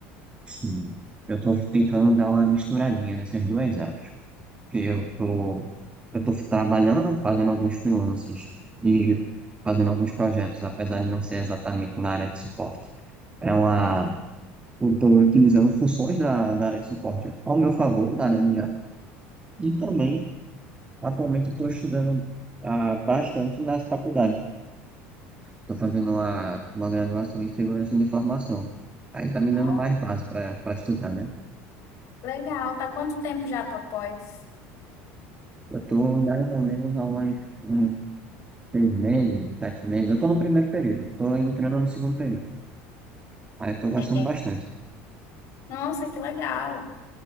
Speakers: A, on the right (about 20°); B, on the left (about 55°).
A: Sim. Eu estou tentando dar uma misturadinha nessas duas áreas, porque eu estou eu tô trabalhando, fazendo alguns freelances e fazendo alguns projetos, apesar de não ser exatamente na área de suporte. É uma, eu estou utilizando funções da, da área de suporte ao meu favor, na área minha. E também, atualmente, estou estudando ah, bastante na faculdade Estou fazendo lá uma graduação em segurança da informação. Aí tá me
B: Nossa,
A: dando mais base para para estudar, né?
B: legal. Tá quanto tempo já tua pós?
A: Eu tô mais ou menos há uns, uns seis meses, sete meses. Eu tô no primeiro período, tô entrando no segundo período. Aí eu tô gostando
B: É.
A: bastante.
B: Nossa, que legal.